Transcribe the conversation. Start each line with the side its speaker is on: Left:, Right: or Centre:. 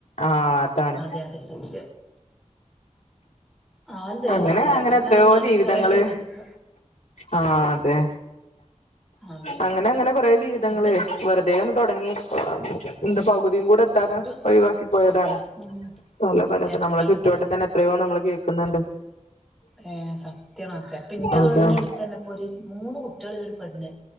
Left: ആഹ് അതാണ്.
Centre: അതെ അതെ സത്യം ആരും തികഞ്ഞോലില്ല
Left: അങ്ങനെ അങ്ങനെ
Centre: പിന്നെ
Left: എത്രയോ
Centre: നിങ്ങള്
Left: ജീവിതങ്ങള്
Centre: കൊറേ ക്ഷമിക്ക
Left: ആ അതെ
Centre: അതെ
Left: അങ്ങനെ അങ്ങനെ കൊറേ ജീവിതങ്ങള്
Centre: പിന്നെ
Left: വെറുതെ ഒന്ന് തുടങ്ങി എന്താ പകുതി തികൂ <unintelligible> ടെ എത്താതെ
Centre: ഇത്
Left: ഒഴിവാക്കിപ്പോയതാണ്.
Centre: ഉം
Left: പല പലതും
Centre: എത്താണ്ട്
Left: നമ്മളെ ചുറ്റുവട്ടതന്നെ എത്ര പ്പൊ നമ്മള് കേക്കുന്നുണ്ട്.
Centre: ഏഹ് സത്യാണതൊക്കെ. പ്പൊ ന്റെ
Left: അതാണ്
Centre: വീടിന്റെ അടുത്തന്നെ പ്പൊ ഒര് മൂന്ന് കുട്ട്യേള്ള്ളൊര് പെണ്ണ്